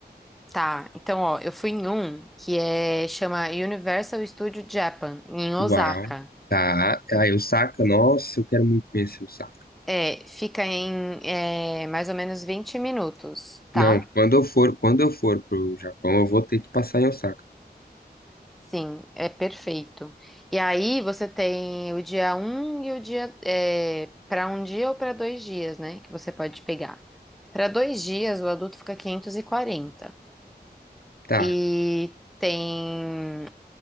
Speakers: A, in the centre; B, on the left (about 65°).
A: Tá, então ó, eu fui em um que é chama Universal Studio Japan, em Osaka.
B: Uau, tá. Aí o Saka, nossa, eu quero muito conhecer o Saka.
A: É, fica em é, mais ou menos 20 minutos, tá?
B: Não, quando eu for, quando eu for pro Japão, eu vou ter que passar em Osaka.
A: Sim, é perfeito. E aí você tem o dia um e o dia é, para um dia ou para dois dias, né? Que você pode pegar. Para dois dias, o adulto fica 540.
B: Tá.
A: e tem